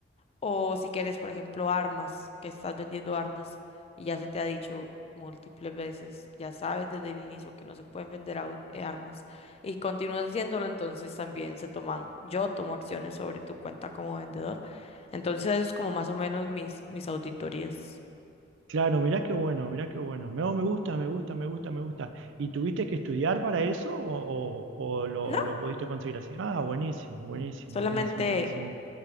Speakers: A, on the left; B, on the right.
A: O si quieres, por ejemplo, armas, que estás vendiendo armas y ya se te ha dicho múltiples veces, ya sabes desde el inicio que no se pueden vender au- eh, armas y continúas haciéndolo, entonces también se toman, yo tomo acciones sobre tu cuenta como vendedor. Entonces eso es como más o menos mis, mis auditorías.
B: Claro, mirá qué bueno, mirá qué bueno. Me, oh, me gusta, me gusta, me gusta, me gusta. ¿Y tuviste que estudiar para eso o, o- o lo,
A: No,
B: o lo pudiste conseguir así? Ah, buenísimo, buenísimo,
A: solamente
B: buenísimo, buenísimo.